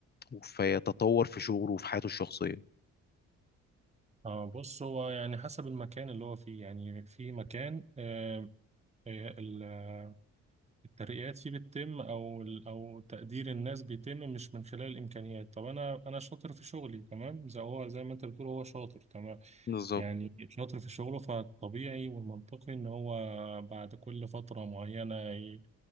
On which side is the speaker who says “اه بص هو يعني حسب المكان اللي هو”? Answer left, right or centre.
Right